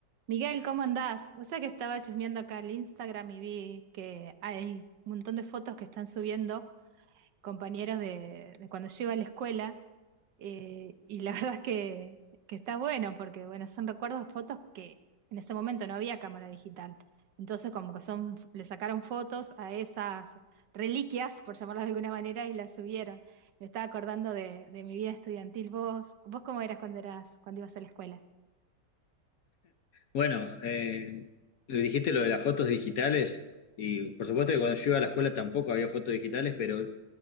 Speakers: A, on the right; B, on the left.
A: Miguel, ¿cómo andás? O sea que estaba chusmeando acá el Instagram y vi que hay un montón de fotos que están subiendo compañeros de, de cuando yo iba a la escuela eh, y la <laughs> verdad es que, que está bueno porque bueno, son recuerdos de fotos que en ese momento no había cámara digital. Entonces como que son, le sacaron fotos a esas reliquias, por llamarlas de alguna manera, y las subieron. Me estaba acordando de, de mi vida estudiantil. ¿Vos, vos cómo eras cuando eras, cuando ibas a la escuela?
B: Bueno, eh, lo dijiste lo de las fotos digitales y por supuesto que cuando yo iba a la escuela tampoco había fotos digitales, pero